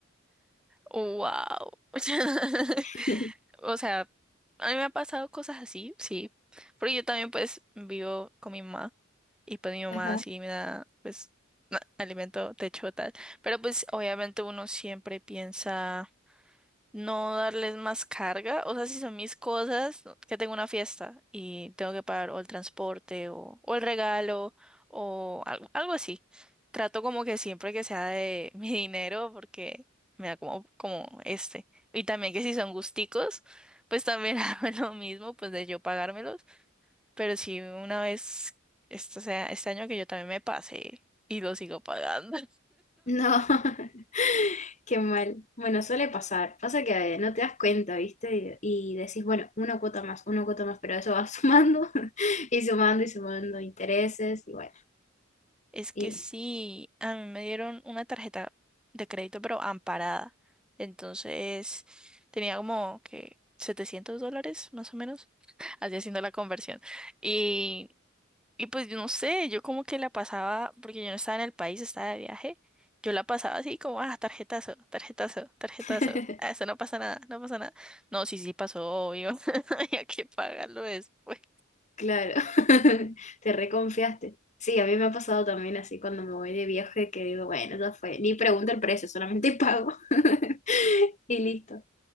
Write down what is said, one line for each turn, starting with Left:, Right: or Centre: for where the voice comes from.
Centre: Wow. <laughs>
Left: <laughs>
Centre: O sea, a mí me ha pasado cosas así, sí. Pero yo también pues vivo con mi mamá y pues mi mamá
Left: Ajá.
Centre: sí me da pues na- alimento, techo, tal. Pero pues obviamente uno siempre piensa... no darles más carga. O sea, si son mis cosas, no- que tengo una fiesta y tengo que pagar o el transporte o, o el regalo o algo, algo así. Trato como que siempre que sea de <laughs> mi dinero porque me da como, como este. Y también que si son gusticos, pues también <laughs> hago lo mismo, pues de yo pagármelos. Pero si una vez, esto sea, este año que yo también me pasé y lo sigo pagando.
Left: No, <laughs> qué mal. Bueno, suele pasar. Pasa que eh, no te das cuenta, ¿viste? Y, y decís, bueno, una cuota más, una cuota más, pero eso va <laughs> sumando <laughs> y sumando y sumando intereses y bueno,
Centre: Es que
Left: y
Centre: sí, a mí me dieron una tarjeta de crédito, pero amparada. Entonces tenía como que 700 dólares, más o menos, <laughs> así haciendo la conversión. Y, y pues yo no sé, yo como que la pasaba, porque yo no estaba en el país, estaba de viaje, yo la pasaba así como, ah, tarjetazo, tarjetazo, tarjetazo.
Left: <laughs>
Centre: Ah, eso no pasa nada, no pasa nada. No, sí, sí pasó, obvio, <laughs> había que pagarlo después.
Left: Claro, <laughs> te reconfiaste. Sí, a mí me ha pasado también así cuando me voy de viaje que digo, bueno, ya fue, ni pregunto el precio, solamente pago <laughs> y listo.